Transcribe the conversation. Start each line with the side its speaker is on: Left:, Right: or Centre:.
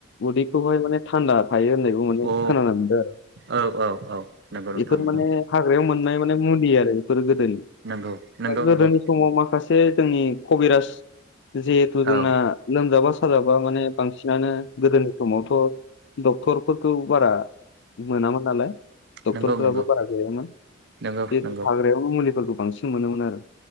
Left: उदैखौहाय माने थान्दा । हायो होननायबो माने
Right: औ
Left: खोनानो मोनदों आरो
Right: औ औ औ नंगौ नोंथां
Left: बेफोर
Right: नंगौ
Left: माने हाग्रायाव मोननाय माने मुलि आरो बेफोर गोदोनि
Right: नंगौ नंगौ
Left: गोदोनि
Right: नंगौ
Left: समाव माखासे जोंनि कबिराज जिहेथु जोंना
Right: औ
Left: लोमजाबा साजाबा माने बांसिनानो गोदोनि समावथ'। डक्टरफोरखौ बारा मोनामोन नालाय डक्टरफोराबो
Right: नंगौ नंगौ
Left: बारा गैयामोन। जिहेथु
Right: नंगौ नंगौ
Left: हाग्रायाव मुलिफोरखौ बांसिन मोनोमोन आरो